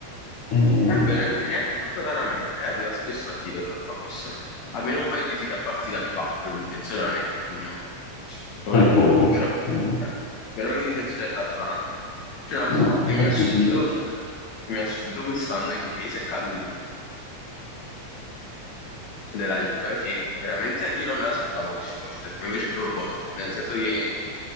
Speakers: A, on the left; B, on the left.
A: Eh,
B: Vabbè, neanche neanche tanto raramente, eh, arriva spesso al tiro Zappacosta. Almeno un paio di tiri a partita li fa per un difensore, non è, mm, non
A: non è
B: è
A: poco,
B: poco. È vero,
A: no,
B: eh, è vero che è un difensore dell'Atalanta. C'è un altro
A: no,
B: che
A: infatti
B: mi ha stupito,
A: sì,
B: che mi ha stupito quest'anno in difesa, è Kalulu della Juve, che veramente io non me l'aspettavo così forte, ma invece è proprio forte, nel senso che